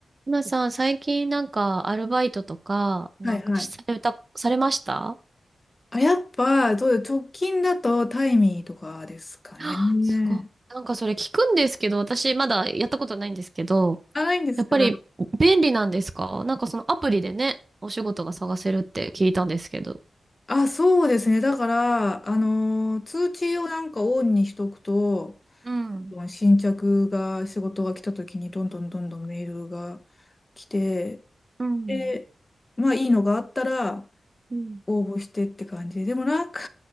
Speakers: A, on the right; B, on the left.
A: 皆さん、最近なんかアルバイトとか、なんかしされた、
B: はいはい。
A: されました
B: あ、やっぱ、どうよ、直近だとタイミーとかですかね。
A: あすごい。なんかそれ聞くんですけど、私まだやったことないんですけど、
B: あ、ないんですか。
A: やっぱり便利なんですかなんかそのアプリでね、お仕事が探せるって聞いたんですけど。
B: あ、そうですね。だから、あのー、通知をなんかオンにしとくと、
A: うん。
B: 新着が、仕事が来た時にどんどんどんどんメールが来て、
A: うん。
B: で、まあいいのがあったら
A: うん。
B: 応募してって感じで。もなんか、